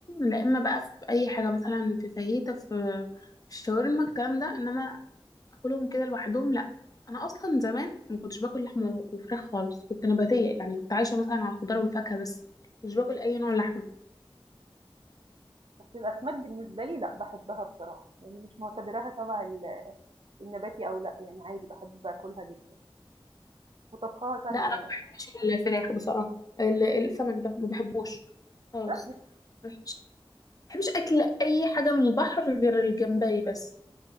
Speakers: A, on the left (about 40°); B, on the right (about 70°).
A: لا اما بقى في اي حاجه مثلا في فاهيتا في الشاورما الكلام ده انما اكلهم كده لوحدهم لا انا اصلا زمان ما كنتش باكل لحمه وفراخ خالص كنت نباتيه يعني كنت عايشه مثلا على الخضار والفاكهه بس مش باكل اي نوع لحمه
B: بس الأسماك بالنسبة لي لأ، باحبها بصراحة، يعني مش معتبراها تبع ال النباتي أو لأ، يعني عادي باحب آكلها جدًا وطبخها سهل
A: لا انا
B: كمان،
A: ما بحبش الفراخ بصراحه ال- السمك ده ما بحبوش خالص
B: بس
A: ما بحبش ما بحبش اكل اي حاجه من البحر غير الجمبري بس